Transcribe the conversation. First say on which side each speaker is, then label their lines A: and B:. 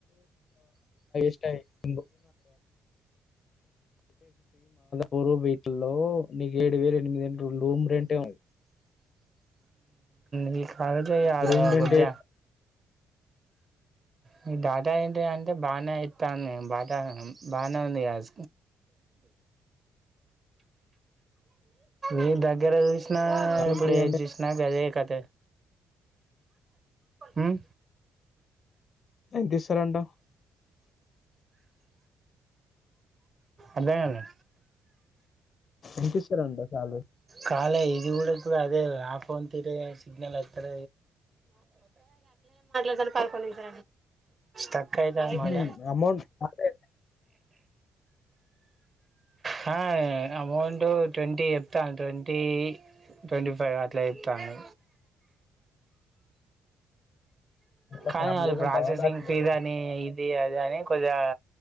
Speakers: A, on the left; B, on the right.
A: ష్టయిక్స్ పూర్వ బీట్ లో నీకు ఏడు వేల ఎనిమిదింట రూమ్ రెంటే ఉంది
B: మీ కాదు అద
A: రూమ్ రెంట్
B: గద్ద
A: ఏడు
B: మీ దాదా అంట అంట అే బాగా ఇయితాను బాట బానేజ ఈ దగ్గర చూసినా ఇప్పుడు
A: ఎంట్రీ
B: ఏది
A: అంటే
B: చూసినా గదే కథ అ
A: దసరంట
B: అదేన్నా
A: ఎంతిస్తరంట సాలరీ?
B: కాాల ఇది కూడా అదే ఆ ఫోన్ తిర సిగ్నల్ అతార ఇట్ తక్ైత అ మళ
A: హ్మ్. అమౌంట్ అంటే
B: హా అమ అడు ట్వంటీ చెప్తాను ట్వంటీ ట్వంటీ ఫైవ్ అట్లా చెప్తాను
A: ఇట్లా
B: కానీ
A: ఫ్యామిలీగా
B: అది Processing
A: ఉంటావా? bachelor?
B: ఫీస్ అని ఇది అ అ అని కొద్దిగా